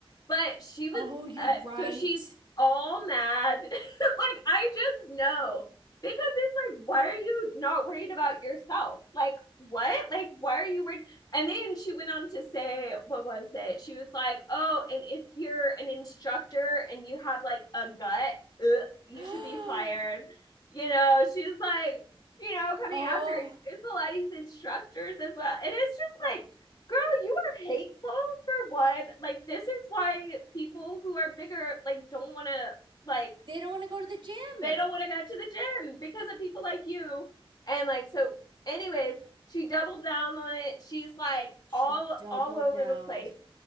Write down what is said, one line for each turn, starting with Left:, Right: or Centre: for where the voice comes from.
Left: But she was,
Right: Oh, you're
Left: uh,
Right: right.
Left: so she's all mad. <laughs> like, I just know because it's like, why are you not worried about yourself? Like, what? Like, why are you worried? And then she went on to say, what was it? She was like, oh, and if you're an instructor and you have like a gut, ugh, you
Right: <gasps>
Left: should be fired. You know, she's like, you know, coming
Right: Oh,
Left: after Pilates instructors as well. And it's just like, girl, you are hateful for one. Like this is why people who are bigger like don't want to like
Right: they don't want to go to the gym.
Left: they don't want to go to the gym because of people like you. And like so anyways, she doubled down on it. She's like
Right: She
Left: all
Right: doubled
Left: all over
Right: down.
Left: the place.